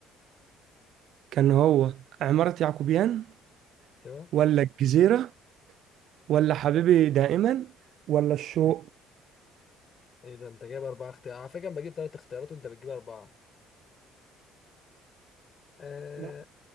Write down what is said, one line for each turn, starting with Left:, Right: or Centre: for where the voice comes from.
Right: كان هو عماره يعقوبيان
Left: ايوه
Right: ولا الجزيره ولا حبيبي دائما ولا الشوق
Left: ايه ده انت جايب اربعة اختيارات على فكرة انا بجيب ثلاث اختيارات وانت بتجيب اربعة آه...
Right: لا